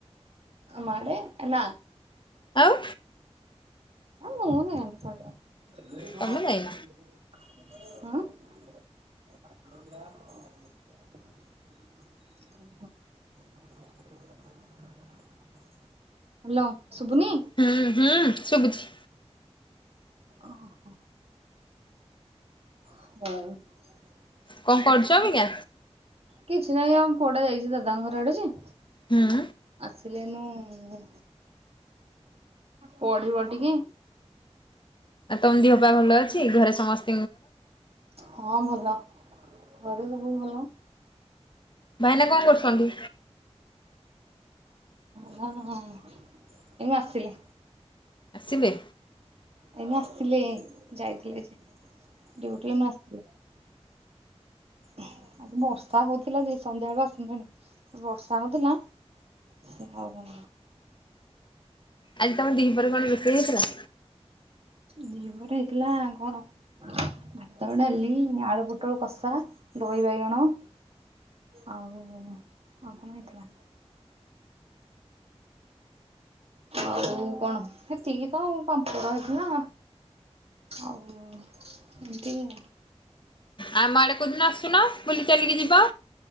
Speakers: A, on the right; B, on the left.
A: ଆମଆଢେ ନାଁ
B: ଆଉ
A: ଆମୁଁ ନିଏନି
B: ତମେ ଯାଇନ
A: ସବୁବେଳେ ହ ଓ ହୋ ହାଲେ ଶୁଭୁନି
B: ହୁଁ ହୁଁ ଶୁଭୁଛି
A: ଓହୋ ହୋ ହଉ
B: କଣ କରୁଛ ଅବିକା?
A: କିଛି ନାହିଁ ଆମ ପୁଅଟା ଯାଇଛି ଦାଦାଙ୍କ ଘର ଆଡେଯେ
B: ହୁଁ
A: ଆସିଲେ ଏଇନୁ ପଢିବ ଟିକେ
B: ଆଉ ତମ ଦିହପା ଭଲ ଅଛି ଘରେ ସମସ୍ତେ
A: ହଁ ଭଲ ଘରେ ସବୁ ଭଲ
B: ଭାଇନା କଣ କରୁଛନ୍ତି
A: ହଁ ଏ ମୁଁ ଆସିଲି
B: ଆସିଲେ
A: ଏଇନା ଆସିଲେ ଯାଇଥିଲେ ଡ଼ିଇଟି ଏଇନୁ ଆସିଲେ ଆଜି ବର୍ଷା ହଉଥିଲା ଯେ ସନ୍ଧ୍ୟାବେଳୁ ଆସନ୍ତେଣି ବର୍ଷା ହଉଥିଲା ସେ ଆଉ
B: ଆଜି ତମର ଦିପହରେ କଣ ରେଷେଇ ହେଇଥିଲା
A: ଦିପହରେ ହେଇଥିଲା କଣ ଭାତ ଡାଲି ଆଳୁ ପୁଟଳ କଷା ଦହି ବାଇଗଣ ଆଉ ଆଉ କଣ ହେଇଥିଲା ଆଉ କଣ ସେତିକି ତ ପାମ୍ପଡ ହେଇଥିଲା ଆଉ ଏମତି ଆଉ
B: ଆମ ଆଡ଼େ କେଉଁଦିନ ଆସୁନ ବୁଲି ଚାଲିକି ଯିବ